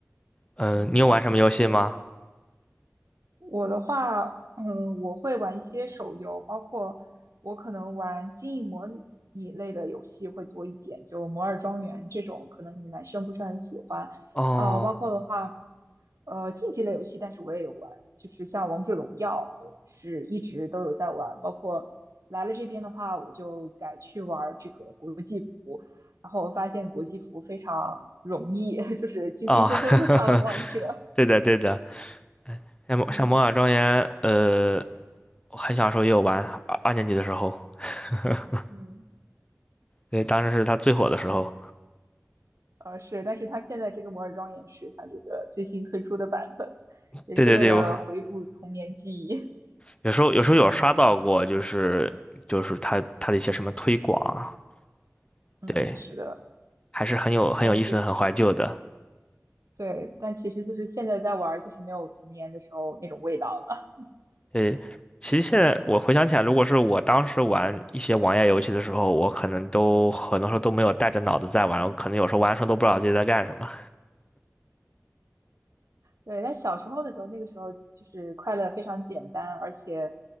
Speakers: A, on the left; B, on the right.
A: 嗯、
B: 嗯，
A: 你有玩什么游戏吗？
B: 了解，是的。我的话，嗯，我会玩一些手游，包括我可能玩经营模拟类的游戏会多一点，就《摩尔庄园》这种，可能你们男生不是很喜欢。
A: 哦
B: 呃，包括的话。呃，竞技类游戏，但是我也有玩，就是像王者荣耀，我是一直都有在玩，包括来了这边的话，我就改去玩这个国际服，然后我发现国际服非常容易，<laughs> 就是轻轻松松就上了王者。
A: 哦，<laughs> 对的对的，像像《魔法庄园》呃。
B: 嗯
A: 我很小时候也有玩，二二年级的时候，<laughs>
B: 嗯，
A: 对，当时是它最火的时候。
B: 是的，呃是，但是它现在这个摩尔庄园是它这个最新推出的版本，也是为了回顾童年记忆。
A: 对对对，我有时候有时候有刷到过，就是就是它它的一些什么推广啊
B: 嗯，
A: 对，
B: 是的，
A: 还是很有很有意思、
B: 但其实
A: 很怀旧的。
B: 对，但其实就是现在在玩，就是没有童年的时候那种味道了。
A: 对，其实现在我回想起来，如果是我当时玩一些网页游戏的时候，我可能都很多时候都没有带着脑子在玩，我可能有时候玩的时候都不知道自己在干什么。
B: 对，但小时候的时候，那个时候就是快乐非常简单，而且